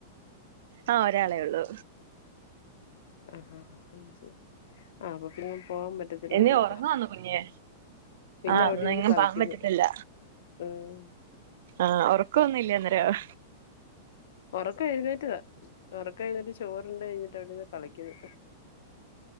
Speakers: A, on the right; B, on the left.
A: ആഹ് ഒരാളെ ഉള്ളൂ
B: ആഹ് ആഹ് അപ്പൊ പിന്ന പോവാൻ പറ്റത്തില്ലാണ്
A: എന്നീ ഒറങ്ങുവാന്നോ കുഞ്ഞ്
B: ഇല്ല
A: ആഹ്
B: അവിടെ
A: ഒന്നെങ്ങും
B: ഇരുന്ന് കളിക്കുന്നു
A: പോകാൻ പറ്റത്തില്ല
B: ആഹ്
A: ആഹ് ഉറക്കൊന്നുംല്ലെ അന്നേരം
B: ഉറക്ക എഴുന്നേറ്റതാ ഉറക്ക എഴുന്നറ്റ് ചോറ്ണ്ട് കഴിഞ്ഞിട്ട് അവിടെന്ന് കളിക്കുന്നു